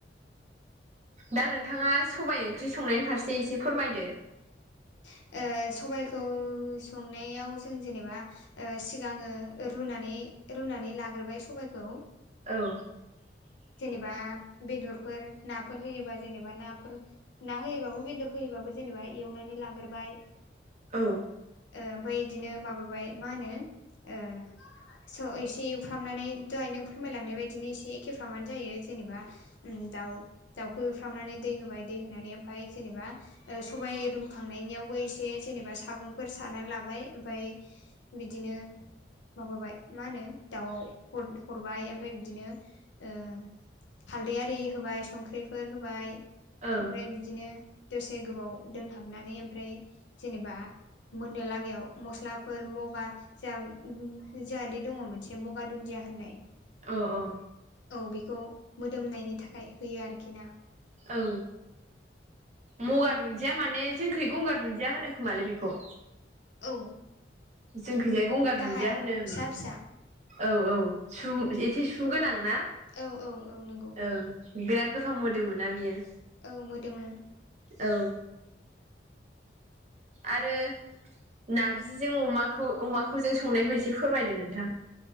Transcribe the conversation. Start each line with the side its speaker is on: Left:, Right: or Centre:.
Right: दा नोंथाङा सबाइ ओंख्रि संनायनि फारसे एसे फोरमायदो।
Left: ओ सबाइखौ संनायाव जों जेनेबा ओ सिगाङो रुनानै रुनानै लाग्रोबाय सबाइखौ
Right: औ
Left: जेनेबा बेदरफोर नाफोर होयोबा जेनेबा नाफोर ना होयोबाबो बेदर होयोबाबो जेनेबा एवनानै लाग्रोबाय।
Right: औ।
Left: ओ ओमफाय इदिनो माबाबाय मा होनो ओ स' एसे एवफ्रामनानै दहाय नों फोरमायलांनाय बायदिनो एसे एखेफ्रामानो जायो। जेनेबा उम दाउ। दाउखो एवफ्रामनानै दै होबाय दै होनानै ओमफाय जेनेबा ओ सबाइ रु खांनायनियावबो एसे जेनेबा सागंफोर सानानै लाबाय ओमफाय बिदिनो माबाबाय मा होनो दाउआव हर हरबाय ओमफाय बिदिनो ओ हालदै आरि होबाय संख्रिफोर होबाय।
Right: औ
Left: ओमफ्राय बिदिनो दसे गोबाव दोनहाबनानै ओमफ्राय जेनेबा मोननो लागायाव मस्लाफोर मगा जोंहा जोहादि दङ मोनसे मगा दुन्दिया होननाय।
Right: औ औ
Left: औ बेखौ मोदोमनायनि थाखाय होयो आरोखिना।
Right: औ मगा दुन्दिया माने जोंखै गंगार दुन्दिया होनो खोमालाय बेखौ?
Left: औ
Right: जोंखैजाय गंगार
Left: गाहाय
Right: दुन्दिया होनो
Left: फिसा फिसा
Right: औ औ सु
Left: उम
Right: एसे सु सु गोनां ना
Left: औ औ औ नंगौ
Right: औ बिराद गोथाव मोदोमोना बियो।
Left: औ मोदोमो।
Right: औ। आरो नारजिजों अमाखौ अमाखौ जों संनायखौ एसे फोरमायदो नोंथां।